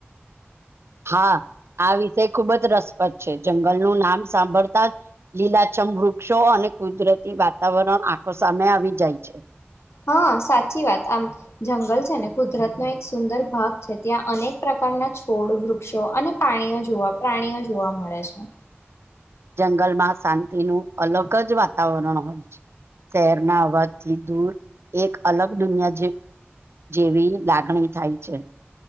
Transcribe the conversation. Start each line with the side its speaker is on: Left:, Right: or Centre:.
Right: હા આ વિષય ખુબ જ રસ પદ છે. જંગલનું નામ સાંભળતા લીલાછમ વૃક્ષો અને કુદરતી વાતાવરણ આખો સામે આવી જાય છે.
Left: હા સાચી વાત આમ જંગલ છે ને કુદરતનોો એક સુંદર ભાગ છે ત્યાં અનેક પ્રકાર ના છોડ વૃક્ષો અને પ્રણીઓ જોવા પ્રાણીઓ જોવા મળે છે.
Right: જંગલમાં શાંતિનું અલગ જ વાતાવરણ હોય છે. શહેરના અવાજથી દૂર એક અલગ દુનિયા જે જેવી લાગણી થાય છે.